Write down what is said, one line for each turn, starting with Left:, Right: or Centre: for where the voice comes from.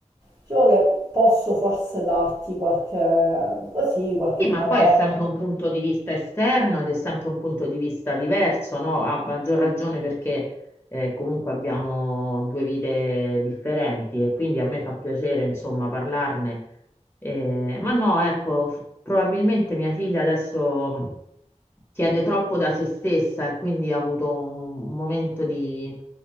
Right: Diciamo che posso forse darti qualche, così, qualche
Left: Sì,
Right: parere.
Left: ma poi è sempre un punto di vista esterno ed è sempre un punto di vista diverso, no? A maggior ragione perché eh, comunque abbiamo due vite differenti e quindi a me fa piacere, insomma, parlarne eh, ma no, ecco, f- probabilmente mia figlia adesso mh, chiede troppo da se stessa e quindi ha avuto un, un momento di,